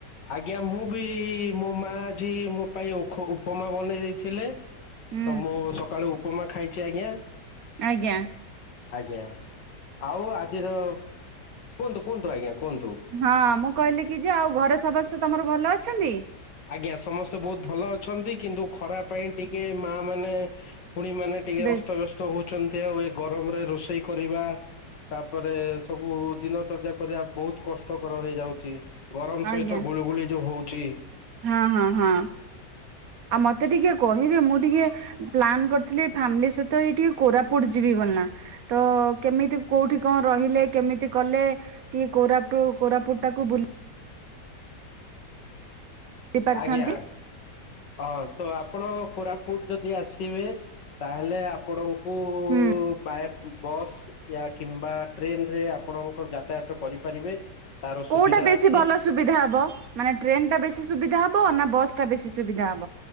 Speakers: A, on the left; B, on the right.
A: ଆଜ୍ଞା ମୁଁ ବି ମୋ ମା ଯ ମୋ ପାଇଁ ଉପମା ବନେଇ ଦେଇଥିଲେ
B: ହୁଁ
A: ତ ମୁଁ ସକାଳୁ ଉପମା ଖାଇଛି ଆଜ୍ଞା।
B: ଆଜ୍ଞା
A: ଆଜ୍ଞା ଆଉ ଆଜିର କୁହନ୍ତୁ କୁହନ୍ତୁ ଆଜ୍ଞା କୁହନ୍ତୁ
B: ହଁ ମୁଁ କହିଲି କି ଯେ ଆଉ ଘରେ ସବା ସ୍ ସେ ତମର ଭଲ ଅଛନ୍ତି।
A: ଆଜ୍ଞା ସମସ୍ତେ ବହୁତ ଭଲ ଅଛନ୍ତି। କିନ୍ତୁ ଖରା ପାଇଁ ଟିକେ ମା ମାନେ ଖୁଡି ମାନେ, ଟିକେ
B: ବେଶ
A: ଅସ୍ତବ୍ୟସ୍ତ ହଉଚନ୍ ହୁଏ ଗରମରେ ରୋଷେଇ କରିବା ତାପରେ ସବୁ ଦିନ ଚର୍ଚ୍ଚା କରିବା ବହୁତ କଷ୍ଟକର ହେଇଯାଉଛି। ଗରମ
B: ଆଜ୍ଞା
A: ସହିତ ଗୁଳିୁ ଗୁଳି ଯୋଉ ହଉ ଚି।
B: ହଁ ହଁ ହଁ ଆଉ ମତେ ଟିକେ କହିବେ ମୁଁ ଟିକେ ପ୍ଲାନ୍ କରିଥିଲି, ଫ୍ୟାମିଲି ସହିତ ଏଇ ଟିକେ କୋରାପୁଟ ଯିବି ବଲ ନା ତ କେମିତି କୋଉଠି କଣ ରହିଲେ କେମିତି କଲେ ଟିକେ କୋରାପୁଟ କୋରାପୁଟ ଟାକୁ ବୁଲ ହେଇପାରିଥାନ୍ତି।
A: ଆଜ୍ଞା। ହଁ ତ ଆପଣ କୋରାପୁଟ ଯଦି ଆସିବେ ତାହେଲେ ଆପଣ ଙ୍କୁ
B: ହୁଁ
A: ବାଏ ବସ୍ ୟା କିମ୍ବା ଟ୍ରେନ ରେ ଆପଣଙ୍କର ଯାତାୟାତ କରିପାରିବେ। ତାର ସୁବିଧା
B: କୋଉଟା ବେଶୀ
A: ଅଛି।
B: ଭଲ ସୁବିଧା ହବ ମାନେ ଟ୍ରେନ ଟା ବେଶୀ ସୁବିଧା ହବ ନା ବସ ଟା ବେଶି ସୁବିଧା ହ